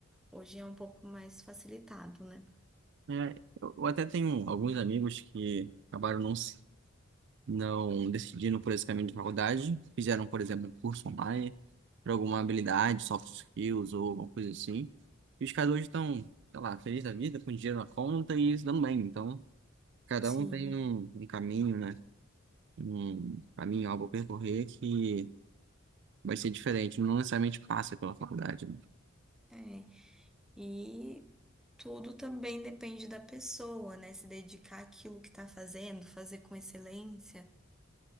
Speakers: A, in the centre; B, on the right.
A: Hoje é um pouco mais facilitado, né?
B: É, eu eu até tenho alguns amigos que acabaram não se não decidiram por esse caminho de faculdade, fizeram, por exemplo, um curso online para alguma habilidade, soft skills ou alguma coisa assim. E os caras hoje estão, sei lá, felizes da vida, com dinheiro na conta e se dando bem. Então, cada
A: Sim,
B: um tem um, um caminho, né? Um caminho, algo a percorrer que vai ser diferente, não necessariamente passa pela faculdade. né?
A: é. E tudo também depende da pessoa, né? Se dedicar àquilo que está fazendo, fazer com excelência,